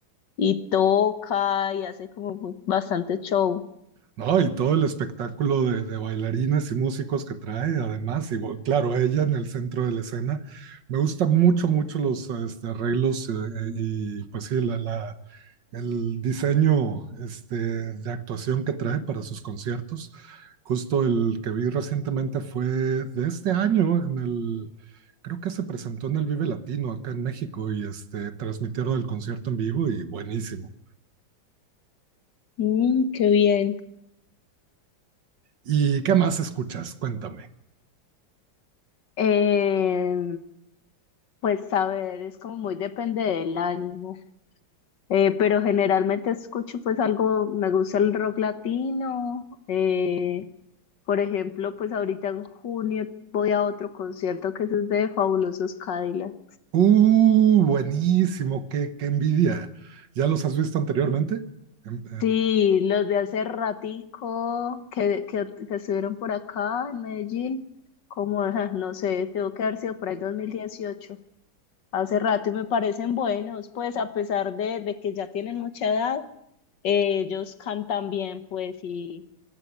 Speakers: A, on the left; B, on the right.
A: y toca y hace como mu- bastante show.
B: No, y todo el espectáculo de, de bailarines y músicos que trae, además, y bo- claro, ella en el centro de la escena. Me gustan mucho, mucho los este, arreglos eh, eh, y, pues sí, la, la- el diseño este, de actuación que trae para sus conciertos. Justo el que vi recientemente fue de este año, en el, creo que se presentó en el Vive Latino acá en México y este, transmitieron el concierto en vivo y buenísimo.
A: Mm, qué bien.
B: ¿Y qué más escuchas? Cuéntame.
A: Eh, Pues a ver, es como muy depende del ánimo, Eh, pero generalmente escucho pues algo, me gusta el rock latino, eh, por ejemplo, pues ahorita en junio voy a otro concierto que es de Fabulosos Cadillac.
B: Uh, buenísimo, qué, qué envidia. ¿Ya los has visto anteriormente? Em,
A: Sí, los de hace ratico que, que, que estuvieron por acá en Medellín, como, <laughs> ajá, no sé, tengo que haber sido por ahí 2018. hace rato y me parecen buenos, pues a pesar de, de que ya tienen mucha edad, eh, ellos cantan bien, pues y